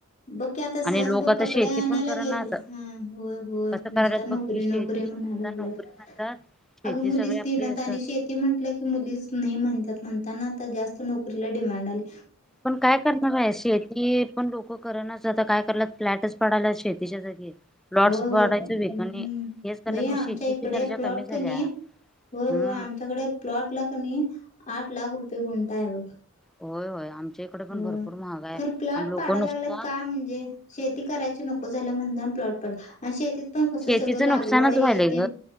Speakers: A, on the left; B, in the centre.
A: बघ की आता सहज
B: आणि लोक
A: बघ
B: आता
A: कपडे
B: शेती
A: आणायला
B: पण करनात
A: गेले हां होय होय
B: कसं
A: नुसता
B: करायलात
A: नोकरी
B: बघ की शेती
A: नोकरी म्हणा लागल्यात
B: आता नोकरी म्हणतात शेती
A: अगं मुलीच
B: सगळे आपली
A: देईनात
B: असं
A: आणि शेती म्हटलं की मुलीच नाही म्हणतात. म्हणताना आता जास्त नोकरीला डिमांड आलंय.
B: पण काय करणार आहे शेती पण लोक करणाच आता काय कराल्यात फ्लॅटच पाडल्यात शेतीच्या जागी. प्लॉट्स
A: होय हो
B: पाडायचं
A: हम्म
B: विकणे हेच कराल्यात
A: बाई
B: मग
A: आमच्या
B: शेतीची
A: इकडे
B: दर्जा
A: प्लॉट
B: कमी झाल्या
A: क नाही होय होय
B: हम्म
A: आमच्याकडे प्लॉटला क नाही आठ लाख रुपये गुंठा आहे बघ.
B: होय होय आमच्या इकडे पण
A: होय
B: भरपूर महागाय आहे
A: खरं प्लॉट
B: आणि लोक
A: पाडाय
B: नुसता
A: लागल्यात का म्हणजे शेती करायची नको झाल्या म्हणू दाम प्लॉट पाड आणि शेतीत पण कसं
B: शेतीचं
A: सगळं लागवड
B: नुकसानच
A: हे
B: व्हायलय
A: ते
B: ग